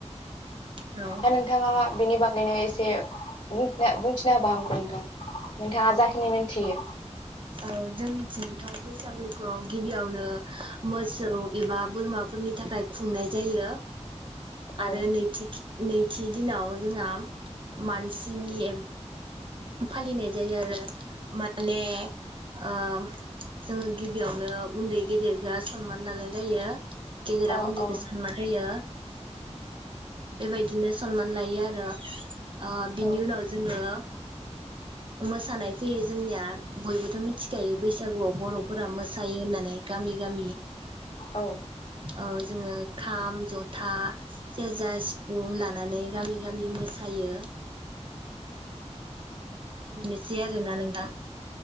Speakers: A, on the right; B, on the left.
A: औ औ
B: दा नोंथाङा बिनि बागैनो एसे बुंथिना बुंथिना होबा हामगौ नोंथां नोंथाङा जाखिनि मिन्थियो
A: औ जोंनिथिं थ' बैसागुखौ गिबियावनो मोसौ एबा बोरमाफोरनि थाखाय खुंनाय जायो
B: औ
A: आरो नैथि नैथि दिनाव जोंहा मानसिनि एब फालिनाय जायो आरो माने ओ जोङो गिबियावनो उन्दै गेदेरजो सनमान लालायलायो गेदेरा
B: अ
A: उनदैखो
B: अ
A: सनमान होयो बेबायदिनो सनमान लायो आरो ओ बिनि
B: औ
A: उनाव जोङो मोसानाय फैयो जोंनिया बयबोथ' मिथिखायो बैसागुआव बर'फोरा मोसायो होननानै गामि गामि
B: औ
A: औ जोङो खाम जथा सेरजा सिफुं लानानै गामि गामि मोसायो । बिनोसै आरोना नोंथां